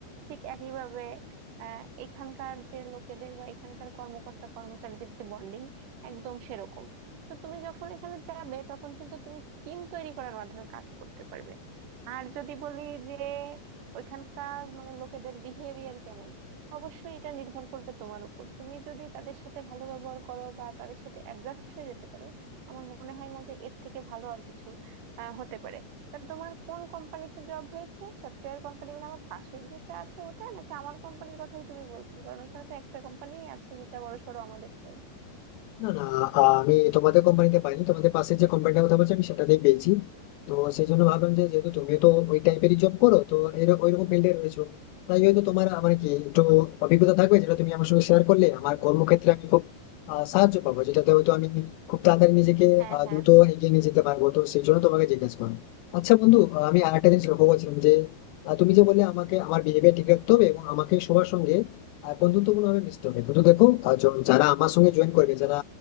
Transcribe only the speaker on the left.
না না আহ, আমি তোমাদের কোম্পানিতে পাইনি তোমাদের পাশে যে কোম্পানিটার কথা বলছি আমি সেটাতেই পেয়েছি তো সেই জন্য ভাবলাম যে যেহেতু তুমি তো ওই টাইপেরই জব করো তো এর- ওইরকম ফিল্ডে রয়েছো তাই হয়তো তোমার আহ, মানে কি একটু অভিজ্ঞতা থাকবে যেটা তুমি আমার সঙ্গে শেয়ার করলে আমার কর্মক্ষেত্রে আমি খুব আহ, সাহায্য পাবো যেটাতে হয়তো আমি খুব তাড়াতাড়ি নিজেকে
আহ,
দ্রুত এগিয়ে নিয়ে যেতে পারবো তো সেই জন্য তোমাকে জিজ্ঞেস করো আচ্ছা বন্ধু আহ, আমি আরেকটা জিনিস লক্ষ্য করছিলাম যে আহ, তুমি যে বললে আমাকে আমার বিহেভিয়ার ঠিক রাখতে হবে এবং আমাকে সবার সঙ্গে আর বন্ধুত্বপূর্ণ ভাবে মিশতে হবে কিন্তু দেখো আহ, য- যারা আমার সঙ্গে জয়েন করবে যারা